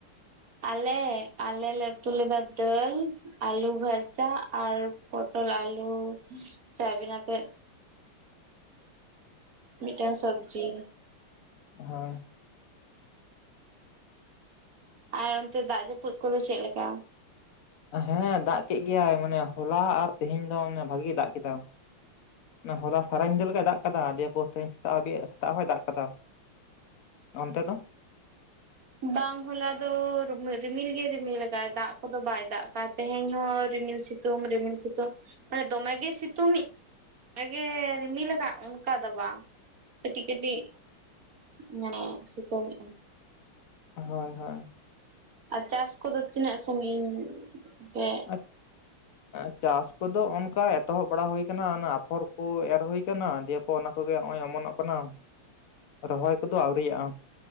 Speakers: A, on the right (about 45°); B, on the left (about 50°).
A: ᱟᱞᱮ ᱟᱞᱮ ᱞᱮ ᱩᱛᱩ ᱞᱮᱫᱟ ᱫᱟᱹᱞ, ᱟᱞᱩ ᱵᱷᱟ. ᱡᱟ ᱟᱨ ᱯᱚᱴᱚᱞ ᱟᱞᱩ ᱥᱚᱭᱟᱵᱤᱱᱟᱛᱮ᱾ ᱢᱤᱫᱴᱟᱝ ᱥᱚᱵᱡᱤ
B: ᱦᱚᱭ
A: ᱟᱨ ᱚᱱᱛᱮ ᱫᱟᱜ ᱡᱟ. ᱯᱩᱫ ᱠᱚᱫᱚ ᱪᱮᱫ ᱞᱮᱠᱟ?
B: ᱦᱮᱸ ᱫᱟᱜ ᱠᱮᱫ ᱜᱮᱭᱟᱭ ᱢᱟᱱᱮ ᱦᱚᱞᱟ ᱟᱨ ᱛᱮᱦᱮᱧ ᱫᱚ ᱚᱱᱟ ᱵᱷᱟᱜᱤ ᱜᱤ ᱫᱟᱜ ᱠᱮᱫᱟᱭ᱾ ᱚᱱᱟ ᱦᱚᱞᱟ ᱥᱟᱨᱟ ᱧᱤᱫᱟᱹ ᱞᱮᱠᱟᱭ ᱫᱟᱜ ᱟᱠᱟᱫᱟ ᱫᱤᱭᱮ ᱯᱚᱨᱛᱮ ᱥᱮᱛᱟᱜᱦᱟ. ᱵᱤᱡ ᱥᱮᱛᱟᱜ ᱦᱚᱸᱭ ᱫᱟᱜ ᱟᱠᱟᱫᱟ᱾ ᱚᱱᱛᱮ ᱫᱚ?
A: ᱵᱟᱝ ᱦᱚᱞᱟ ᱫᱚ ᱨᱩᱢᱤᱞ ᱨᱤᱢᱤᱞ ᱜᱮ ᱨᱤᱢᱤᱞ ᱟᱠᱟᱫᱼᱟᱭ ᱫᱟᱜ ᱠᱚᱫᱚ ᱵᱟᱭ ᱫᱟᱜ ᱟᱠᱟᱫ᱾ ᱛᱮᱦᱮᱧ ᱦᱚᱸ ᱨᱤᱢᱤᱞ ᱥᱤᱛᱩᱝ ᱨᱤᱢᱤᱞ ᱥᱤᱛᱩᱝ ᱢᱟᱱᱮ ᱫᱚᱢᱮᱜᱮ ᱥᱤᱛᱩᱝᱤᱜ᱾ ᱟᱜᱮ ᱨᱤᱢᱤᱞ ᱟᱠᱟᱫ ᱚᱱᱠᱟ ᱫᱚ ᱵᱟᱝ᱾ ᱠᱟᱹᱴᱤᱡ ᱠᱟᱹᱴᱤᱡ ᱢᱟᱱᱮ ᱥᱤᱛᱩᱝᱮᱼᱟᱭ᱾
B: ᱦᱚᱭ ᱦᱚᱭ
A: ᱟᱨ ᱪᱟᱥ ᱠᱚᱫᱚ ᱛᱤᱱᱟᱹᱜ ᱥᱟᱺᱜᱤᱧ ᱯᱮ
B: <inaudible> ᱟᱨ ᱪᱟᱥ ᱠᱚᱫᱚ ᱚᱱᱠᱟ ᱮᱛᱚᱦᱚᱵ ᱵᱟᱲᱟ ᱦᱩᱭ ᱟᱠᱟᱱᱟ ᱚᱱᱟ ᱟᱯᱷᱚᱨ ᱠᱚ ᱮᱨ ᱦᱩᱭ ᱟᱠᱟᱱᱟ ᱫᱮᱭ ᱯᱚ ᱚᱱᱟ ᱠᱚᱜᱮ ᱱᱚᱜᱼᱚᱭ ᱚᱢᱚᱱᱚᱜ ᱠᱟᱱᱟ ᱨᱚᱦᱚᱭ ᱠᱚᱫᱚ ᱟᱹᱣᱨᱤᱭᱟᱜᱼᱟ